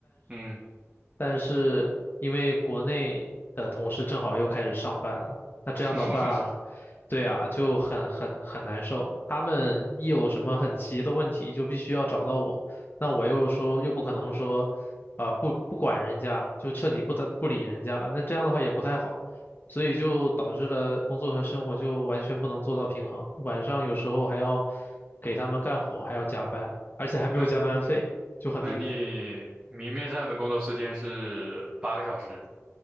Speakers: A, on the right; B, on the left.
A: 嗯，
B: 但是因为国内的同事正好又开始上班了，那这样的话，
A: <laughs>
B: 对啊，就很很很难受。他们一有什么很急的问题，就必须要找到我，那我又说又不可能说，啊、不不管人家，就彻底不得不理人家了，那这样的话也不太好，所以就导致了工作和生活就完全不能做到平衡，晚上有时候还要给他们干活，还要加班，而且还没有加班费，
A: 那
B: 就很离谱。
A: 那你明面上的工作时间是八个小时。